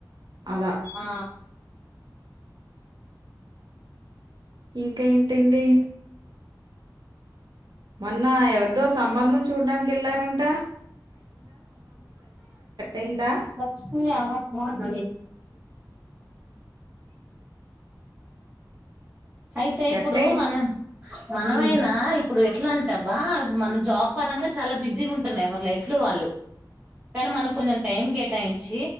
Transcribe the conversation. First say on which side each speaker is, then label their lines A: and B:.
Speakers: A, on the right (about 70°); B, on the right (about 20°).
A: అలా
B: ఆ
A: ఇంకా ఏంటి అండి మొన్న ఎవరిదో సంబంధం చూడ్డానికి వెళ్లారంట అయిందా
B: లక్ష్మీ ఆమె ఫోన్ <inaudible> అయితే
A: సెట్
B: ఇప్పుడు
A: అయింది
B: మనం మనమైనా
A: ఉమ్,
B: ఇప్పుడు ఎట్లా అంటబ్బా మనం జాబ్ పరంగా చాలా బిజీగా ఉంటున్నాయి ఎవరి లైఫ్ లో వాళ్ళు కానీ మనం కొంచెం టైం కేటాయించి